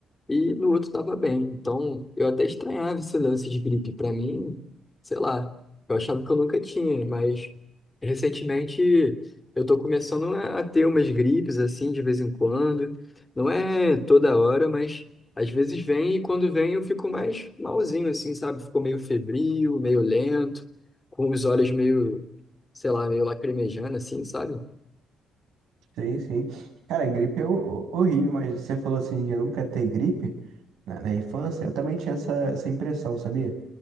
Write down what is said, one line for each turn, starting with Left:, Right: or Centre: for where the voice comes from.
Left: e no outro tava bem. Então, eu até estranhava esse lance de gripe pra mim, sei lá, eu achava que eu nunca tinha, mas recentemente eu tô começando a a ter umas gripes, assim, de vez em quando. Não é toda hora, mas às vezes vem e quando vem eu fico mais malzinho, assim, sabe? Ficou meio febril, meio lento, com os olhos meio sei lá, meio lacrimejando, assim, sabe?
Right: sim, sim, cara, gripe é ho- horrível, mas você falou, assim, de nunca ter gripe na, na infância, eu também tinha essa, essa impressão, sabia?